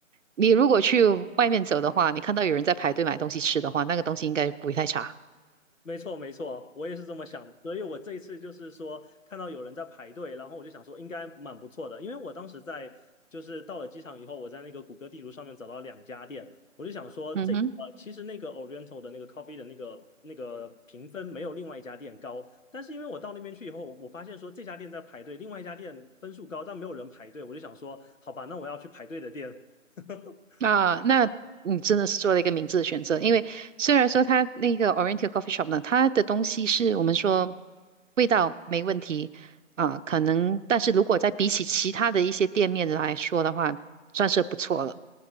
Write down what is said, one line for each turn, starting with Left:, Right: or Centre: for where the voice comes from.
Right: 你如果去外面走的话，你看到有人在排队买东西吃的话，那个东西应该不会太差。
Left: 没错，没错，我也是这么想的。所以我这一次就是说，看到有人在排队，然后我就想说，应该蛮不错的。因为我当时在就是到了机场以后，我在那个谷歌地图上面找到两家店，我就想说这，
Right: 嗯哼。
Left: 呃，其实那个 Oriental 的那个 coffee 的那个那个评分没有另外一家店高，但是因为我到那边去以后，我发现说这家店在排队，另外一家店分数高，但没有人排队，我就想说，好吧，那我要去排队的店。<laughs>
Right: 啊，那你真的是做了一个明智的选择，因为虽然说它那个 Oriental Coffee Shop 呢，它的东西是我们说味道没问题啊，可能，但是如果在比起其他的一些店面来说的话，算是不错了。